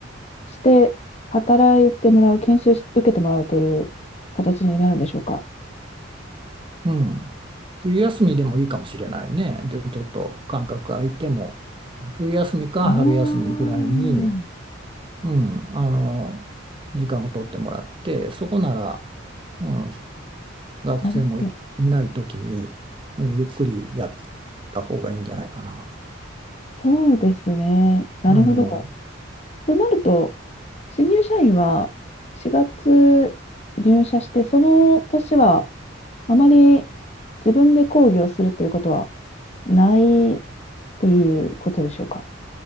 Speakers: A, on the left; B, on the right.
A: して働いてもらう、研修し受けてもらうという形になるんでしょうか。
B: うん。冬休みでもいいかもしれないね。で、ちょっと間隔空いても、冬休みか春休みぐらいに、
A: ああ、
B: うん、あの、時間を取ってもらって、そこなら、うん、学生もい、
A: なるほど。
B: いない時に、うん、ゆっくりやった方がいいんじゃないかな。
A: そうですね。なるほど。
B: うん。
A: となると、新入社員は4月入社して、その年はあまり自分で講義をするということはないということでしょうか。